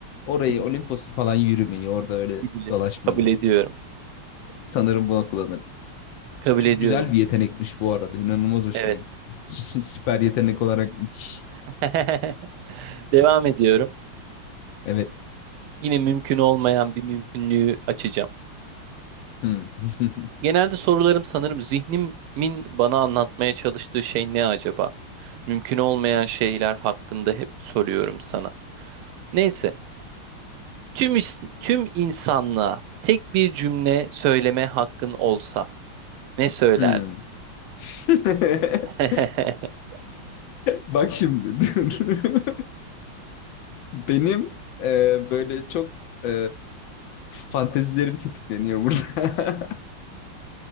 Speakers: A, on the left; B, on the right.
A: orayı
B: Gidilir.
A: Olimpos'u falan yürümeyi, orada öyle
B: Gidilir.
A: dolaşmayı
B: Kabul ediyorum.
A: sanırım buna kullanırdım.
B: Kabul
A: Çok
B: ediyorum.
A: güzel bir yetenekmiş bu arada. İnanılmaz hoşuma
B: Evet.
A: gitti. <laughs> Süper yetenek olarak müthiş.
B: <laughs> Devam ediyorum.
A: <laughs> Evet.
B: Yine mümkün olmayan bir mümkünlüğü açacağım.
A: Hmm. <laughs>
B: Genelde sorularım sanırım zihnimin bana anlatmaya çalıştığı şey ne acaba? Mümkün olmayan şeyler hakkında hep soruyorum sana. Neyse, tüm is- tüm insanlığa tek bir cümle söyleme hakkın olsa ne söylerdin?
A: Hmm. <laughs>
B: <laughs>
A: Bak şimdi dur. <laughs> Benim e, böyle çok e, fantezilerim tetikleniyor burada. <laughs>